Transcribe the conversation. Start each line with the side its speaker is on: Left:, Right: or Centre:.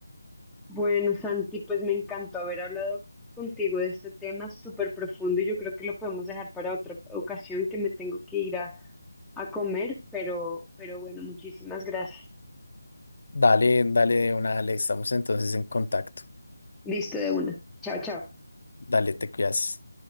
Centre: Bueno, Santi, pues me encantó haber hablado contigo de este tema súper profundo y yo creo que lo podemos dejar para otra ocasión que me tengo que ir a, a comer, pero, pero bueno, muchísimas gracias.
Left: Dale, dale de una, dale, estamos entonces en contacto.
Centre: Listo de una. Chao, chao.
Left: Dale, te cuidas.